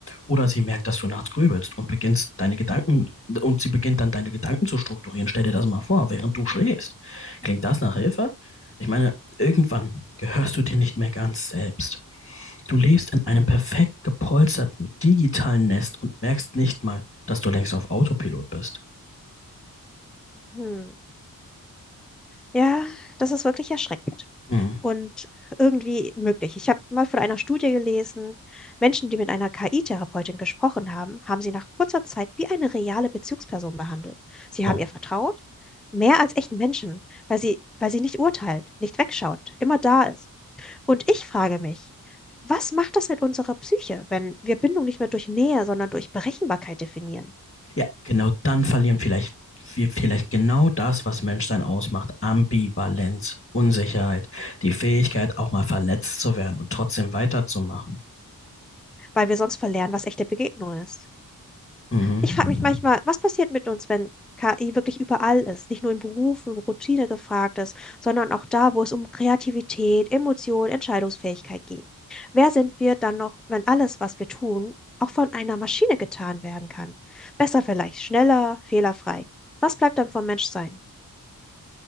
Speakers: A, on the left (about 35°); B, in the centre.
A: Oder sie merkt, dass du nachts grübelst und beginnst deine Gedanken, und sie beginnt dann deine Gedanken zu strukturieren. Stell dir das mal vor, während du schläfst. Klingt das nach Hilfe? Ich meine, irgendwann gehörst du dir nicht mehr ganz selbst. Du lebst in einem perfekt gepolsterten digitalen Nest und merkst nicht mal, dass du längst auf Autopilot bist.
B: Hm. Ja, das ist wirklich erschreckend.
A: Hm.
B: und irgendwie möglich. Ich habe mal von einer Studie gelesen, Menschen, die mit einer KI-Therapeutin gesprochen haben, haben sie nach kurzer Zeit wie eine reale Bezugsperson behandelt. Sie
A: Oh.
B: haben ihr vertraut, mehr als echten Menschen, weil sie, weil sie nicht urteilt, nicht wegschaut, immer da ist. Und ich frage mich, was macht das mit unserer Psyche, wenn wir Bindung nicht mehr durch Nähe, sondern durch Berechenbarkeit definieren,
A: Ja, genau dann verlieren vielleicht wir vielleicht genau das, was Menschsein ausmacht. Ambivalenz, Unsicherheit, die Fähigkeit, auch mal verletzt zu werden und trotzdem weiterzumachen.
B: weil wir sonst verlernen, was echte Begegnung ist?
A: Mhm.
B: Ich frage mich manchmal, was passiert mit uns, wenn KI wirklich überall ist? Nicht nur in Berufen, wo Routine gefragt ist, sondern auch da, wo es um Kreativität, Emotion, Entscheidungsfähigkeit geht. Wer sind wir dann noch, wenn alles, was wir tun, auch von einer Maschine getan werden kann? Besser vielleicht, schneller, fehlerfrei. Was bleibt dann vom Menschsein?